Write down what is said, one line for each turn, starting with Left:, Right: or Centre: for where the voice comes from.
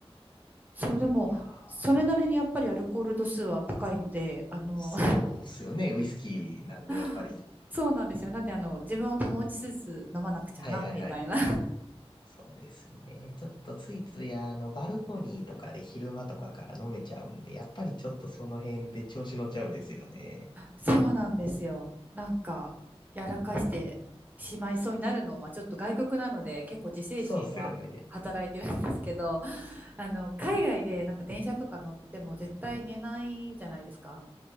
Right: そう、でも、
Left: いやー、
Right: それなりにやっぱりアルコール度数は高いので、あの、
Left: そうっすよね。ウイスキーなんで、
Right: <laughs>
Left: やっぱり。
Right: そうなんですよ。なんで、あの、自分を保ちつつ飲まなくちゃな、
Left: はいはいはい。
Right: みたいな
Left: そうですよね。ちょっとついついあの、バルコニーとかで昼間とかから飲めちゃうんで、やっぱりちょっとその辺で調子乗っちゃうんですよね。
Right: そうなんですよ。なんか、やらかしてしまいそうになるのは、ちょっと外国なので、結構自制心は働いてるんですけど、
Left: そうっすよね。
Right: <laughs> あの、海外でなんか電車とか乗っても絶対寝ないじゃないですか。